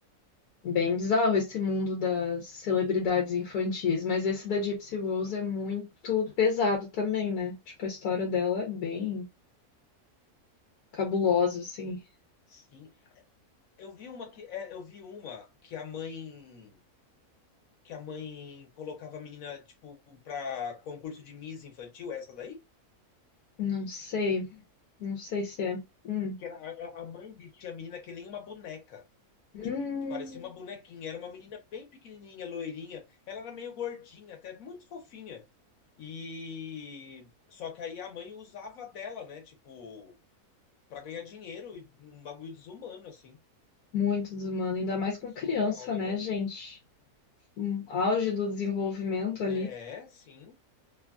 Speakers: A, on the left (about 80°); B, on the left (about 65°).
A: bem bizarro esse mundo das celebridades infantis. Mas esse da Gypsy Rose é muito pesado também, né? Tipo, a história dela é bem cabulosa, assim.
B: sim. Eu vi uma que, é, eu vi uma que a mãe que a mãe colocava a menina, tipo, pra concurso de Miss infantil, é essa daí?
A: Não sei, não sei se é. Hum.
B: Que era, a a mãe vestia a menina que nem uma boneca.
A: Hum.
B: Tipo, parecia uma bonequinha. Era uma menina bem pequenininha, loirinha. Ela era meio gordinha, até muito fofinha. E só que aí a mãe usava dela, né? Tipo, pra ganhar dinheiro e um bagulho desumano, assim.
A: Muito desumano, ainda mais com
B: Surreal
A: criança,
B: o negócio.
A: né, gente? Um auge do desenvolvimento ali.
B: É, sim.